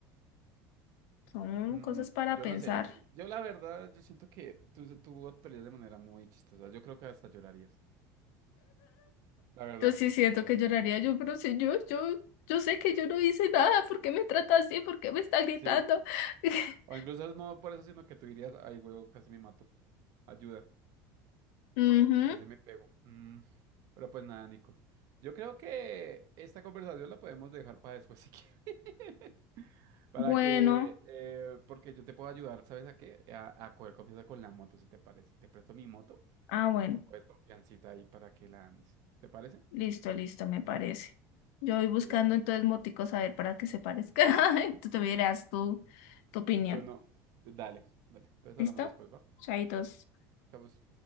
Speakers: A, on the left; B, on the right.
A: Son
B: Mm,
A: cosas para
B: yo
A: pensar.
B: no sé. Yo la verdad, yo siento que tú, tú actuarías de manera muy chistosa. Yo creo que hasta llorarías. La verdad.
A: Yo sí siento
B: O sea,
A: que lloraría yo, pero si yo, yo, yo sé que yo no hice nada, ¿por qué me trata así? ¿Por qué me está gritando?
B: sí.
A: <laughs>
B: O incluso no por eso, sino que tú dirías, ay, huevo, casi me mato. Ayuda.
A: Ujú,
B: Así me pego. Mm, pero pues nada, Nico. Yo creo que esta conversación la podemos dejar para después si quieres. <laughs> Para
A: Bueno,
B: que, eh, porque yo te puedo ayudar, ¿sabes a qué? A, a coger confianza con la moto, si te parece. Te presto mi moto
A: ah, bueno,
B: y coges confiancita ahí para que la andes. ¿Te parece?
A: listo, listo, me parece. Yo voy buscando
B: Pues dale.
A: entonces moticos a ver para que se parezca. <laughs> tú te dirás tu, tu opinión.
B: Tú no, dale, dale. Entonces
A: ¿Listo?
B: hablamos después, ¿va?
A: Chaitos.
B: Chao. pues.